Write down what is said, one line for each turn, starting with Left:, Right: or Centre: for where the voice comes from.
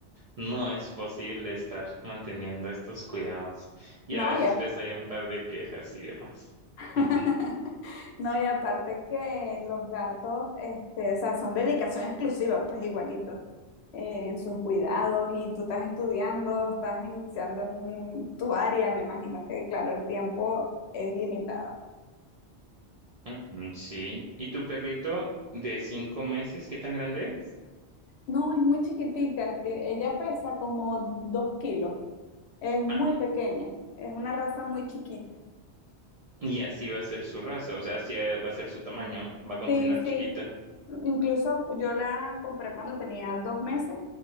Right: no es posible estar manteniendo estos cuidados y
Left: no,
Right: a veces
Left: ya.
Right: pues hay un par de quejas y demás.
Left: <laughs>
Right: Ujú.
Left: No, y aparte que los gatos, este, o sea, son dedicación exclusiva, pues igualito, eh, en sus cuidados y tú estás estudiando, estás iniciando en un- tu área, me imagino que, claro, el tiempo es limitado.
Right: Mm, mm, Sí, ¿y tu perrito de cinco meses, qué tan grande es?
Left: No, es muy chiquitica, ti- ella pesa como dos kilos, es muy
Right: Ah,
Left: pequeña, es una raza muy chiquita.
Right: y así va a ser su raza, o sea, así eh, va a ser su tamaño, va a continuar
Left: Sí,
Right: chiquita.
Left: sí, incluso yo la compré cuando tenía dos meses